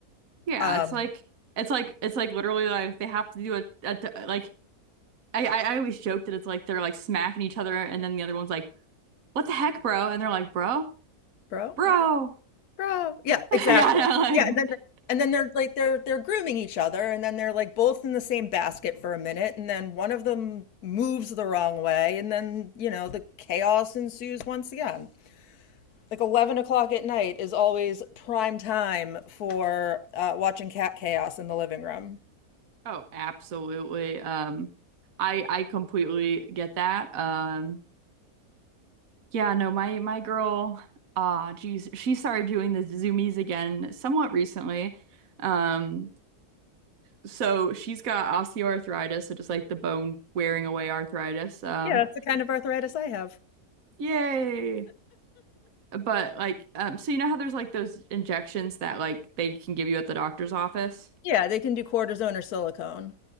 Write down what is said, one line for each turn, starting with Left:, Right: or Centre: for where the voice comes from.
Right: Yeah,
Left: um
Right: it's like it's like it's like literally like they have to do a, a like I, I I always joke that it's like they're like smacking each other, and then the other one's like, "What the heck, bro?" And they're like, "Bro,
Left: bro
Right: bro."
Left: what bro yeah
Right: <laughs>
Left: exactly
Right: Yeah, no, like
Left: yeah and then and then they're like they're they're grooming each other and then they're like both in the same basket for a minute and then one of them moves the wrong way and then you know the chaos ensues once again like 11 o'clock at night is always prime time for uh, watching cat chaos in the living room.
Right: oh, absolutely. Um, I I completely get that. Um, yeah, no, my my girl, ah, geez, she started doing the zoomies again somewhat recently. Um, so she's got osteoarthritis, so just like the bone wearing away arthritis. Um,
Left: Yeah, that's the kind of arthritis I have.
Right: yay. But like, um, so you know how there's like those injections that like they can give you at the doctor's office?
Left: Yeah, they can do cortisone or silicone.